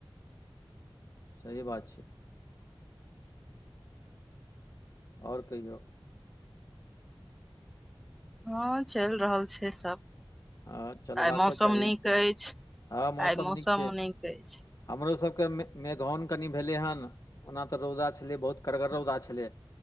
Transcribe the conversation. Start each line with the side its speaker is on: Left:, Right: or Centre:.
Left: सही बात छै। और कहियौ।
Centre: हँ चलि रहल छै सब।
Left: हँ चलबाको
Centre: आइ मौसम
Left: चाही
Centre: नीक अछि
Left: हँ
Centre: आइ मौसम
Left: नीक छै
Centre: नीक अछि।
Left: हमरो सभके मे मेघौन कनि भेलै हन ओना तऽ रौदा छलै बहुत कड़गर रौदा छलै।